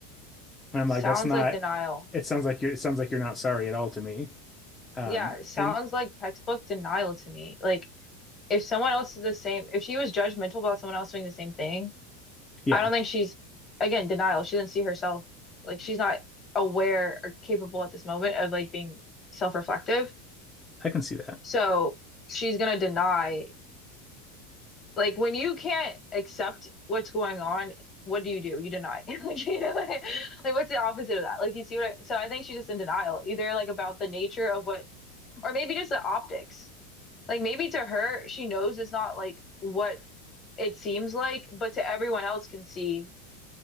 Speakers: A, on the left; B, on the left.
A: And I'm
B: Sounds
A: like, that's not.
B: like denial.
A: It sounds like you're. It sounds like you're not sorry at all to me. Um,
B: Yeah, it sounds
A: and
B: like textbook denial to me. Like if someone else is the same, if she was judgmental about someone else doing the same thing,
A: yeah,
B: I don't think she's, again, denial. She doesn't see herself. Like she's not aware or capable at this moment of like being self-reflective.
A: I can see that.
B: So she's gonna deny Like when you can't accept what's going on, what do you do? You deny. <laughs> Like, you know, like, like, what's the opposite of that? Like you see what I, so I think she's just in denial, either like about the nature of what, or maybe just the optics. Like maybe to her, she knows it's not like what it seems like, but to everyone else can see.